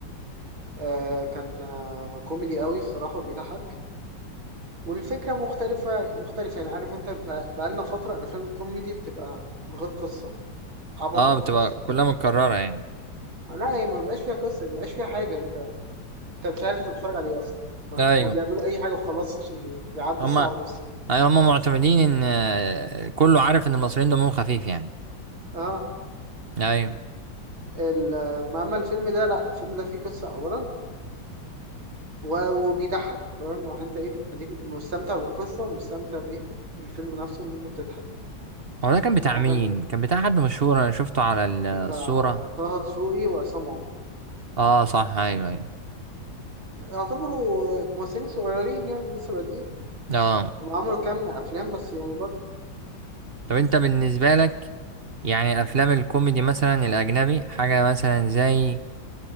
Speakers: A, on the right; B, on the right.
A: آه كان آه كوميدي قوي الصراحه وبيضحك والفكرة مختلفة مختلفة يعني عارف انت بقى- بقالنا فترة الأفلام الكوميدي بتبقى من غير قصة عبط
B: اه
A: وخلاص
B: بتبقى كلها متكرره يعني
A: لا هي ما بقاش فيها قصة ما بقاش فيها حاجة انت انت مش عارف انت بتتفرج على ايه أصلا ما,
B: ايوه
A: ما بيعملوا أي حاجة وخلاص عشان ي- يعدوا
B: هما
A: الساعة ونص
B: ايوه هما معتمدين ان آه، كله عارف ان المصريين دمهم خفيف يعني
A: اه
B: ايوه
A: ال... ما أما الفيلم ده لا الفيلم ده فيه قصة أولا و... وبيضحك فاهم راح انت ايه اديك مستمتع بالقصة ومستمتع بايه بالفيلم نفسه ان انت بتضحك
B: هو ده كان بتاع
A: ده
B: مين
A: كان
B: كان بتاع حد مشهور انا شفته على ال- الصورة
A: بتاع طه دسوقي وعصام عمر
B: اه صح ايوه ايوه
A: يعتبروا ممثلين صغيرين يعني لسه بادئين
B: اه
A: هم عملوا كام افلام بس يعني برضه
B: طب انت بالنسبة لك يعني افلام الكوميدي مثلا الاجنبي حاجة مثلا زي